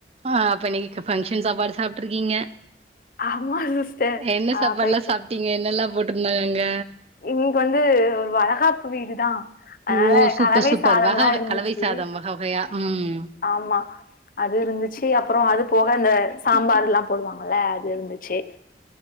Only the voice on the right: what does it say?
ஆ அப்ப இன்னைக்கி ஃபங்ஷன் சாப்பாடு சாப்ட்ருக்கீங்க
என்ன
சாப்பாடுல்லா
சாப்ட்டீங்க என்னல்லா போட்டிருந்தாங்க அங்க
ஓ சூப்பர்
சூப்பர்
வக
வக
கலவை சாதம் வக வகையா ம்